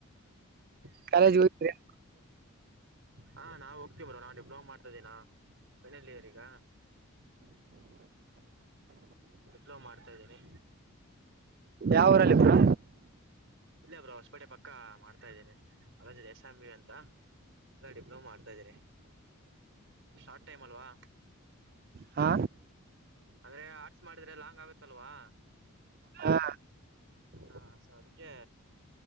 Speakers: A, on the right (about 55°); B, on the right (about 40°).
A: ಹ್ಮ್
B: ಕಾಲೇಜ್ ಹೋಗ್ತೀರಾ
A: ಹಾ ನಾವು ಹೋಗ್ತೀ ಬ್ರೋ ನಾನ್ ಡಿಪ್ಲೊಮಾ ಮಾಡ್ತದಿನೋ ಪೈನಲಿಯರ್ ಈಗ ಡಿಪ್ಲೊಮ ಮಾಡ್ತಾ ಇದ್ದೀನಿ
B: ಯಾವ ಊರಲ್ಲಿ ಬ್ರೋ
A: ಇಲೆ ಬ್ರೋ ಹೊಸಪೇಟೆ ಪಕ್ಕ ಮಾಡ್ತಾ ಇದ್ದೀನಿ ಕಾಲೇಜ್ ಎಸ್ ಎಂ ಬಿ ಅಂತ ಡಿಪ್ಲೊಮಾ ಮಾಡ್ತಾ ಇದ್ದೀರಿ ಶಾರ್ಟ್ ಟೈಮ್ ಅಲ್ವಾ
B: ಹಾ
A: ಅಂದ್ರೆ ಆರ್ಟ್ಸ್ ಮಾಡಿದ್ರೆ ಲಾಂಗ್ ಆಗುತ್ತಲ್ವಾ
B: ಹಾ
A: ಹಾ ಸೊ ಅದಕ್ಕೆ